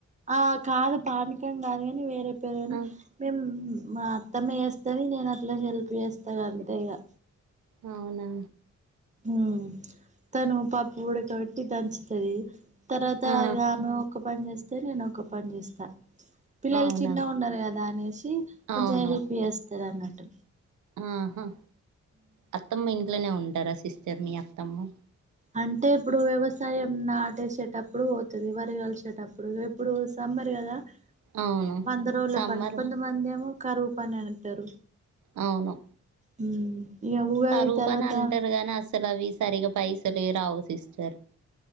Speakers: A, on the right (about 25°); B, on the right (about 80°).
A: ఆ కాదు పాణకం కాదు కాని వేరే పరుని
B: ఆ
A: మేము మా అత్తమ్మ చేేస్తాని నేను అట్లా హెల్ప్ చేస్తాను అంతేగా
B: అవునా!
A: హ తను పప్పు కూడాడకబట్టి దంచుతది తర్వాత
B: ఆ
A: ఇగా ఆమె ఒక్క పని చేస్తా అయితే నేను ఒక పని చేస్తా పిల్లలు
B: అవునా
A: చిన్నగా ఉన్నారు కదా అనేసి కొంచెం
B: అవును
A: హెల్ప్ చేస్తారు లేదన్నట్టు
B: ఆహా అత్తమ్మ ఇంట్లోనే ఉంటారా సిస్ చెర్మి అత్తమ్ము
A: అంటే ఇప్పుడు వ్యవసాయం ఆటేసేటప్పుడు పోతుంది వరి కలిసేటప్పుడు ఇప్పుడు సమ్మర్ కదా
B: అవును
A: పంద రోల
B: సమ్మర్
A: పని కొంతమందిమ కరువు పని అంటారు
B: అవును
A: హ ఇక ఉగాది
B: కరూపని
A: తర్వాత
B: అంటారు గానీ అసలు అవి సరిగా పైసలు రావు సిస్టర్